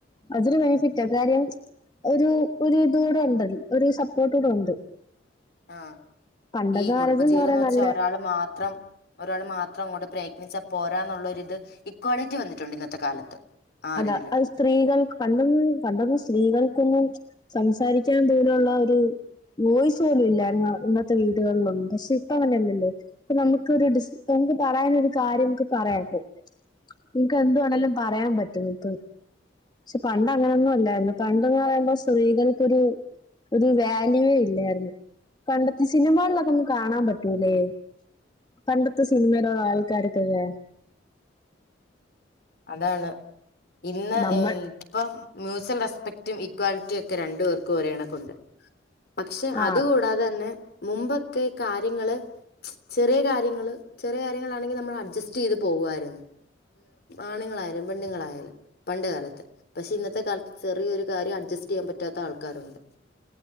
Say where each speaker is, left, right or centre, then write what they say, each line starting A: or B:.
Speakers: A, on the left (about 25°); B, on the left (about 60°).
A: അതൊരു ബെനിഫിറ്റാ കാര്യം ഒരു ഒരു ഇതൂടെണ്ട് ഒരു സപ്പോർട്ട് ക്കെ ഉണ്ട്
B: ആഹ്
A: പണ്ടത്തെ
B: ഈ കുടുംബ
A: കാലത്ത്
B: ജീവിതം
A: പറയാൻ
B: എന്ന് വെച്ചാ
A: നല്ല
B: ഒരാള് മാത്രം ഒരാള് മാത്രം അങ്ങോട്ട് പ്രയത്നിച്ചാൽ പോരാന്നുള്ളൊരു ഇത് ഇക്വാളിറ്റി വന്നിട്ടുണ്ട് ഇന്നത്തെ കാലത്ത് ആ
A: അതാ
B: ഒരിതില്
A: അത് സ്ത്രീകൾക്ക് പണ്ടൊന്നും പണ്ടൊന്നും സ്ത്രീകൾക്കൊന്നും സംസാരി ക്ക്യാൻ ദൂരൊള്ള ഒരു വോയിസ് പോലും ഇല്ലാ ഇന്നത്തെ വീടുകളിലൊന്നും പക്ഷെ ഇപ്പം അങ്ങനെയല്ലല്ലേ ഇപ്പൊ നമുക്ക് ഒരു ഡിസ് നമുക്ക് പറയാന് ഒരു കാര്യം നമുക്ക് പറയാം ഇപ്പൊ നിങക്ക് എന്തുവാണേല്ലും പറയാൻ പറ്റും ഇപ്പം പക്ഷെ പണ്ട് അങ്ങനൊന്നും അല്ലായിരുന്നു പണ്ടെന്ന് പറയുമ്പോ സ്ത്രീകൾക്കൊരു ഒരു വാല്യുവേ ഇല്ലായിരുന്നു പണ്ടത്തെ സിനിമകളിലൊക്കെ നമുക്ക് കാണാൻ പറ്റൂല്ലേ പണ്ടത്തെ സിനിമറോ ആൾക്കാരൊക്കെല്ലേ
B: അതാണ് ഇന്ന്
A: നമ്മൾ
B: ഈ ഇപ്പം മ്യൂച്വൽ റെസ്പെക്ടും ഈക്വാലിറ്റിയും ഒക്കെ രണ്ടു പേർക്കും ഒരേകണക്കുണ്ട് പക്ഷെ
A: ആ
B: അതുകൂടാതെ തന്നെ മുമ്പൊക്കെ കാര്യങ്ങള് ചെറിയ കാര്യങ്ങള് ചെറിയ കാര്യങ്ങളാണെങ്കിൽ നമ്മൾ അഡ്ജസ്റ്റയ്ത് പോകുവായിരുന്നു ആണുങ്ങളാലും പെണ്ണുങ്ങളായാലും പണ്ട് കാലത്ത് പക്ഷെ ഇന്നത്തെ കാലത്ത് ചെറിയൊരു കാര്യം അഡ്ജസ്റ്റയ്യാൻ പറ്റാത്ത ആൾക്കാരുണ്ട്